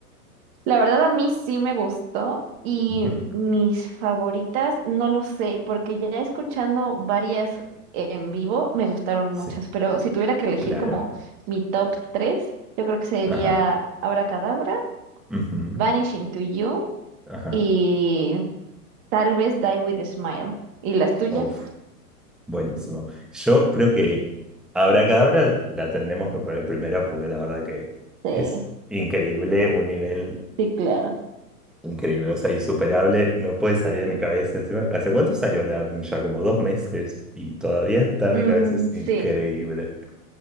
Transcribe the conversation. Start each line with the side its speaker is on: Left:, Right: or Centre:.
Right: La verdad a mí sí me gustó y
Centre: Ujú,
Right: mis favoritas no lo sé, porque ya escuchando varias en vivo me gustaron
Centre: Sí,
Right: muchas, pero si tuviera que elegir
Centre: claro.
Right: como mi top 3 yo creo que sería
Centre: Ajá.
Right: Abracadabra,
Centre: ujú,
Right: Vanishing to You
Centre: Ajá.
Right: y tal vez Die with a Smile. ¿Y las tuyas?
Centre: Uf, buenísimo. Yo creo que Abracadabra la tendremos que poner primero porque la verdad que
Right: Sí,
Centre: es increíble, un nivel
Right: sí, claro.
Centre: increíble, o sea, insuperable. No puede salir de mi cabeza encima. ¿Hace cuánto salió el álbum? Ya como dos meses y todavía está en
Right: Mm,
Centre: mi cabeza, es increíble.
Right: sí.